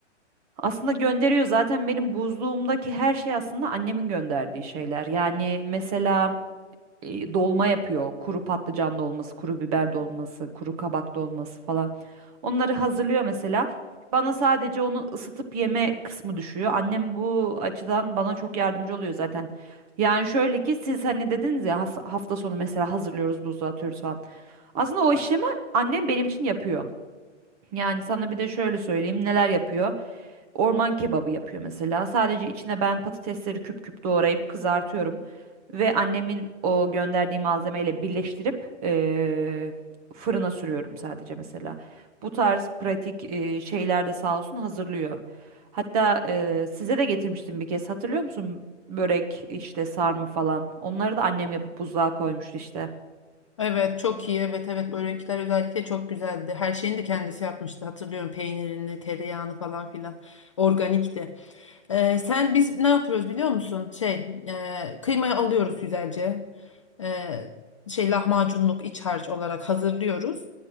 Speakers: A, on the right (about 30°); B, on the left (about 30°).
A: Aslında gönderiyor zaten benim buzluğumdaki her şey aslında annemin gönderdiği şeyler. Yani mesela e, dolma yapıyor. Kuru patlıcan dolması, kuru biber dolması, kuru kabak dolması falan. Onları hazırlıyor mesela. Bana sadece onu ısıtıp yeme kısmı düşüyor. Annem bu açıdan bana çok yardımcı oluyor zaten. Yani şöyle ki siz hani dediniz ya has- hafta sonu mesela hazırlıyoruz buzluğa atıyoruz falan. Aslında o işlemi annem benim için yapıyor. Yani sana bir de şöyle söyleyeyim neler yapıyor. Orman kebabı yapıyor mesela. Sadece içine ben patatesleri küp küp doğrayıp kızartıyorum. Ve annemin o gönderdiği malzemeyle birleştirip eee, fırına sürüyorum sadece mesela. Bu tarz pratik eee, şeyler de sağ olsun hazırlıyor. Hatta eee, size de getirmiştim bir kez hatırlıyor musun? Börek işte sarma falan. Onları da annem yapıp buzluğa koymuştu işte.
B: Evet, çok iyi. Evet, evet. Börekler özellikle çok güzeldi. Her şeyini de kendisi yapmıştı. Hatırlıyorum peynirini, tereyağını falan filan. Organikti. Ee, sen biz ne yapıyoruz biliyor musun? Şey, e, kıymayı alıyoruz güzelce. Ee, şey lahmacunluk iç harç olarak hazırlıyoruz.